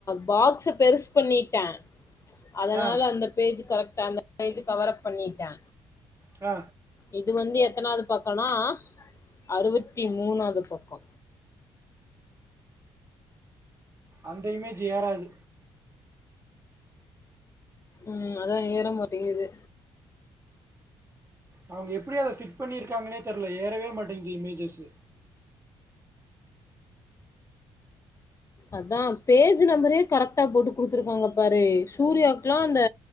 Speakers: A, on the left; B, on the right.
A: பாக்ஸு பெருசு பண்ணிட்டே அதனால
B: ஆ
A: அந்த பேஜ்ஜு கரெக்டா அந்த பேஜ்ஜு கவர் அப் பண்ணிட்டே
B: அ
A: இது வந்து எத்தனாவது பக்கோனா அறுவத்தி மூணாவது பக்கோ
B: அந்த இமேஜு ஏறாது
A: ம் அதா ஏற மாட்டேங்குது
B: அவுங்க எப்டி அத ஃபிட் பண்ணிருக்காங்கனே தெர்ல ஏறவே மாட்டேங்குது இமேஜஸு
A: அதா பேஜு நம்பரே கரெக்டா போட்டு குடுத்துருக்காங்க பாரு சூர்யாக்கல்லா அந்த